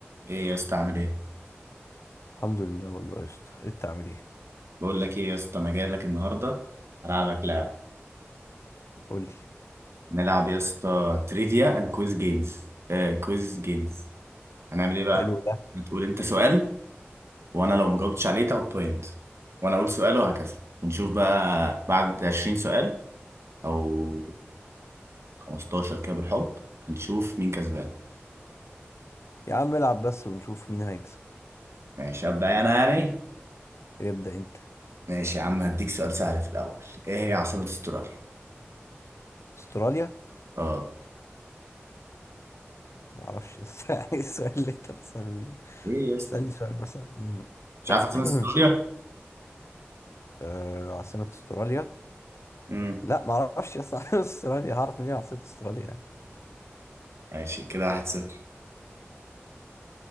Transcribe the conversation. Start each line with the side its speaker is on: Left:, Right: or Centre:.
Right: ايه يا اسطى عامل ايه
Left: الحمد لله والله يا اسطى انت عامل ايه
Right: بقول لك ايه يا اسطى انا جاي لك النهارده هلعبك لعبه
Left: قول لي
Right: نلعب يا اسطى تريفيا اند كويز جيمز آه كويز جيمز هنعمل ايه بقى
Left: حلو ده
Right: هتقول انت سؤال وانا لو ما جاوبتش عليه تاخد بوينت وانا اقول سؤال وهكذا ونشوف بقى بعد 20 سؤال او 15 كده بالحب هنشوف مين كسبان
Left: يا عم العب بس ونشوف مين هيكسب
Right: ماشي ابدا انا يعني
Left: ابدأ انت
Right: ماشي يا عم هديك سؤال سهل في الاول ايه هي عاصمه استراليا
Left: استراليا
Right: اه
Left: ما اعرفش بس ايه <laughs> السؤال اللي انت بتسأله لي
Right: ايه يا اسطى
Left: تسألني سؤال مثلا
Right: مش عارف
Left: <clears throat>
Right: عاصمه استراليا
Left: آه، عاصمة استراليا
Right: امم
Left: لا ما اعرفش يا اسطى <laughs> عاصمة استراليا هعرف منين عاصمة استراليا يعني
Right: ماشي كده 1-0